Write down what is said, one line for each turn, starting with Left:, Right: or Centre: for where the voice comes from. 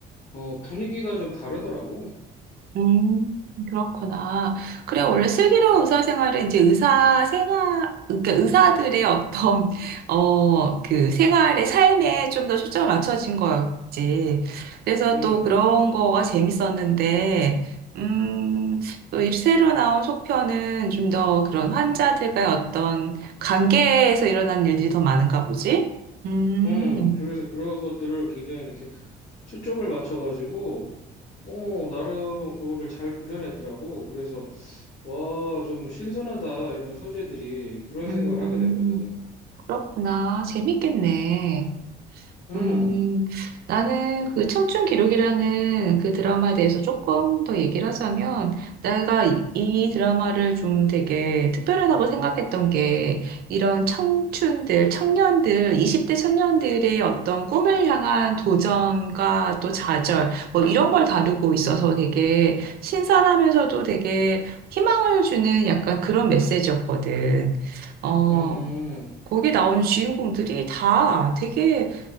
Left: 어, 분위기가 좀 다르더라고.
Right: 음, 그렇구나. 그래, 원래 슬기로운 의사생활은 이제 의사 생활, 그러니까 의사들의 어떤, <laughs> 어, 그 생활의 삶에 좀 더 초점을 맞춰진 거였지. 그래서
Left: 음,
Right: 또 그런 거가 재밌었는데, 음, 또 이 새로 나온 속편은 좀 더 그런 환자들과의 어떤 관계에서 일어난 일들이 더 많은가 보지? 음,
Left: 음. 그래서 그런 것들을 굉장히 이렇게 초점을 맞춰가지고, 어, 나름 그거를 잘 그려냈더라고. 그래서 와, 좀 신선하다, 이런 소재들이. 그런
Right: 음,
Left: 생각을 하게 됐거든.
Right: 그렇구나. 재밌겠네.
Left: 음,
Right: 음, 나는 그 청춘 기록이라는 그 드라마에 대해서 조금 더 얘기를 하자면, 내가 이, 이 드라마를 좀 되게 특별하다고 생각했던 게, 이런 청춘들, 청년들, 20대 청년들의 어떤 꿈을 향한 도전과 또 좌절, 뭐 이런 걸 다루고 있어서 되게 신선하면서도 되게 희망을 주는 약간 그런 메시지였거든. 어,
Left: 음,
Right: 거기 나오는 주인공들이 다 되게